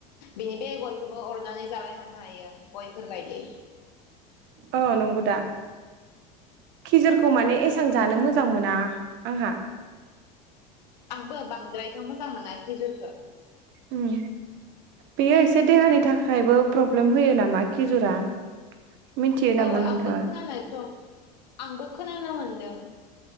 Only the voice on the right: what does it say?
औ नंगौ दा खिजुरखौ माने एसबां जानो मोजां मोना आंहा
ओम बेयो एसे देहानि थाखायबो प्रब्लेम होयो नामा खिजुरा मिथियो नामा
नोंथाङा